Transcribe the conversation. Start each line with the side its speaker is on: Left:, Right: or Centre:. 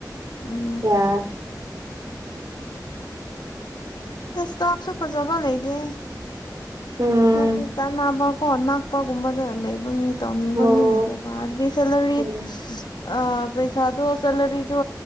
Left: ꯎꯝ
Right: ꯌꯥꯏ
Left: ꯁ꯭ꯇꯥꯐꯁꯨ ꯐꯖꯕ ꯂꯩꯗꯦ
Right: ꯎꯝ
Left: ꯍꯥꯏꯗꯤ ꯆꯥꯟꯅꯕꯀꯣ ꯅꯛ ꯄꯒꯨꯝꯕꯗ ꯂꯩꯕ ꯃꯤ ꯇꯧꯅꯤꯡꯕ
Right: ꯎꯝ
Left: ꯃꯤ ꯂꯩꯇꯦꯕ ꯍꯥꯏꯕꯗꯤ ꯁꯦꯂꯔꯤ
Right: ꯎꯝ
Left: ꯑ ꯄꯩꯁꯥꯗꯣ ꯁꯦꯂꯔꯤꯗꯣ